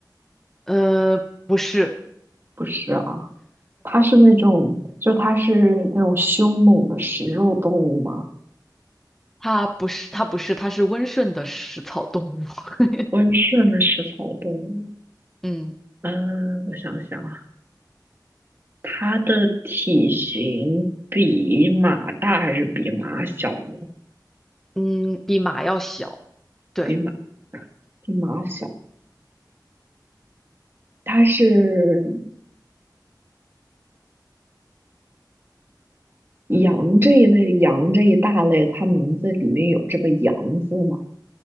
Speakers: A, in the centre; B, on the right.
A: 呃，不是，
B: 不是啊。它是那种，就它是那种凶猛的食肉动物吗？
A: 它不是，它不是，它是温顺的食草动物。<laughs>
B: 温顺的食草动物，
A: 嗯
B: 嗯，我想想啊，它的体型比马大还是比马小呢？
A: 嗯，比马要小。对，
B: 比马，比马小。它是羊这一类，羊这一大类，它名字里面有这个羊字吗？